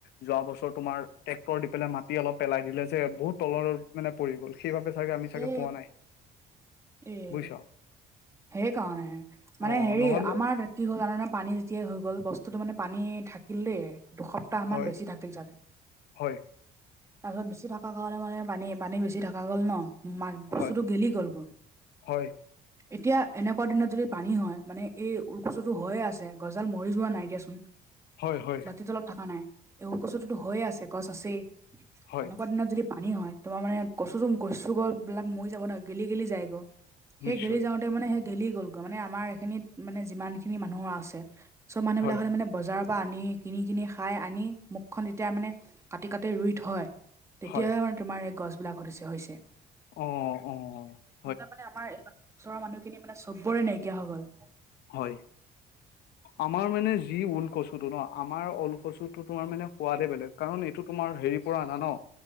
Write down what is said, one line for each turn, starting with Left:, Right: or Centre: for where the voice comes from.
Left: যোৱা বছৰ তোমাৰ। ট্ৰেক্টৰ দি পেলাই মাটি অলপ পেলাই দিলে যে বহুত তলত মানে পৰি গল সেইবাবে। চাগে আমি চাগে
Right: এ
Left: পোৱা নাই।
Right: এ'
Left: বুজিছা
Right: সেইকাৰণেহে মানে
Left: অ
Right: হেৰি
Left: নহ'লে
Right: আমাৰ। কি হ'ল জানানে পানী যেতিয়াই হৈ গ'ল, বস্তুটো মানে পানী থাকিল দেই। দুসপ্তাহ
Left: হয়
Right: মান বেছি থাকিল চাগে।
Left: হয়
Right: তাৰ পিছত বেচি থকা কাৰণে মানে পানী- পানী বেচি থকা গ'ল ন, বস্তুতটো
Left: হয়
Right: গেলি গ'ল গৈ।
Left: হয়।
Right: এতিয়া এনেকুৱা দিনত যদি পানী হয় মানে এই ওলকচুটো হৈয়ে আছে। গজদাল মৰি যোৱা নাই দিয়াচোন।
Left: হয় হয়
Right: মাটি তলত থকা নাই, এই ওলকচুটো হৈয়ে আছে গছ আছেই
Left: হয়
Right: এনেকুৱা দিনত যদি। পানী হয়, তমাৰ মানে কচু কচুগছ বিলাক মৰি যাব নহ গেলি - গেলি যাব। সেই
Left: নিশ্চয়
Right: গেলি যাওঁতে মানে সেই গেলি গ'লগৈ, মানে আমাৰ এইখিনিত মানে যিমান খিনি মানুহৰ আছে। চ' মুহবাক
Left: হয়
Right: হলে মে <unintelligible> বজাৰৰ পৰা আনি কিনি- কিনি খাই আনি, মুখন যেতিয়া মানে কাটি কাটি ৰুই থয়। তেতিয়াহে
Left: হয়
Right: মানে তোমাৰ এই গছ বিলাকত হৈছে হৈছে।
Left: অঁ অঁ।
Right: নহ'লে মানে আমাৰ ওচৰৰ মানুহখিনি মানে চবৰে নাইকিয়া হৈ গল।
Left: হয়।
Right: <inaudible>
Left: আমাৰ মানে যি ঊল কচুটো ন, আমাৰ ঊল কচুটো তোমাৰ মানে সোৱাদে বেলেগ কাৰণ এইটো তোমাৰ হেৰি। প না ন